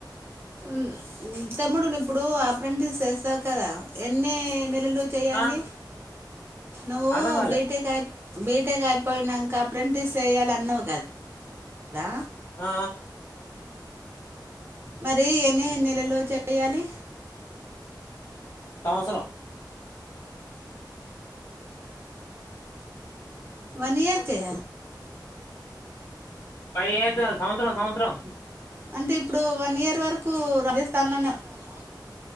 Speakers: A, on the right; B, on the left.
A: మ్ మ్ తమ్ముడు ఇప్పుడు ఆప్రాంటిస్ చేస్తావు కదా ఎన్ని నెలలో చెయ్యాలి
B: ఆ
A: నువ్
B: అర్థం కాలే
A: బీటెక్ అయ్ బీటెక్ అయిపోయినంక అప్రాంటిస్ చేయాలి అన్నావు కదా
B: ఆ
A: మరి ఎన్ని నెలలు చేయాలి
B: సంవత్సరం
A: వన్ ఇయర్ చేయాల
B: పై ఏద సంవత్సరం సంవత్సరం
A: అంటే ఇప్పుడు వన్ ఇయర్ వరకు రాజస్థాన్ లోనే ఉండాల